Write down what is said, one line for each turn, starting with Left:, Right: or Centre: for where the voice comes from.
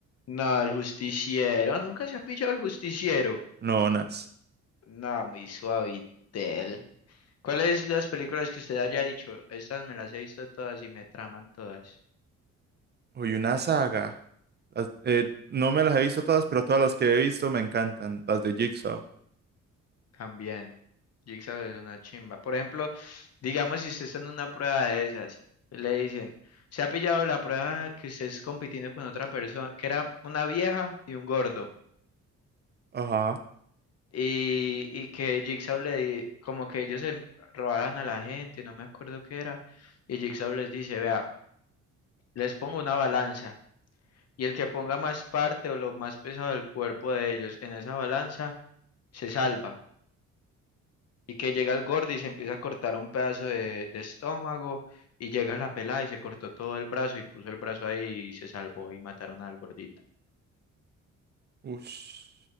Left: No, el justiciero, nunca se ha pillado el justiciero.
Right: No, nada.
Left: No, muy suavitel. ¿Cuáles las películas que usted haya dicho? Estas me las he visto todas y me traman todas.
Right: Uy, una saga. Las- eh, no me las he visto todas, pero todas las que he visto me encantan. Las de Jigsaw.
Left: También. Jigsaw es una chimba. Por ejemplo, digamos si usted está en una prueba de esas, y le dicen, se ha pillado la prueba que usted es compitiendo con otra persona, que era una vieja y un gordo.
Right: Ajá.
Left: Y, y que Jigsaw le, di- como que ellos se robaban a la gente, no me acuerdo qué era. Y Jigsaw les dice, vea, les pongo una balanza. Y el que ponga más parte o lo más pesado del cuerpo de ellos en esa balanza se salva. Y que llega el gordo y se empieza a cortar un pedazo de, de estómago. Y llega la pelada y se cortó todo el brazo y puso el brazo ahí y se salvó y mataron al gordito.
Right: Ush.